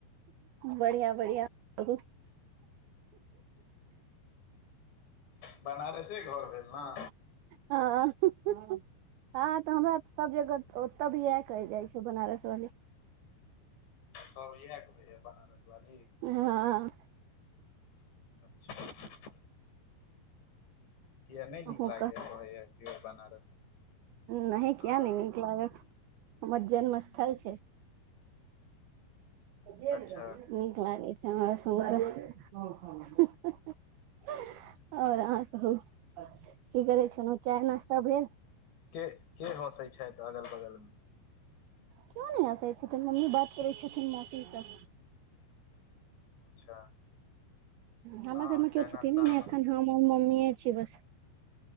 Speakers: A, on the right; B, on the left.
A: बढ़िआ बढ़िआ ब
B: बनारसे घर भेल ने।
A: हँ- हँ तऽ हमरा सब जगह ओतऽ भी इएह कहहि जाइ छै, बनारस वाली।
B: स बज ह क बे बनारस वाली।
A: हँ।
B: अच्छा। कििया नहि नीक
A: अहूँ
B: लागैएा। कहैएाोर बनारस।
A: नह
B: हँ
A: किया न नीक लागत हमर जन्म स्थल छै। नीक
B: अच्छा
A: लागे छै। आओर अह कह की करै छल। चाना सब भेल?
B: के के हसै छथि अगल बगल मे?
A: को नहि आसै छथिन। मम्मी बात करै छथिन। मौासीसँ
B: अच्छा।
A: हमर
B: हँ
A: घरमे
B: चाय
A: केओ
B: नाश्ता
A: छथिन।
B: हमर
A: ने एखन
B: भेल
A: हम मम्मीए छी बस।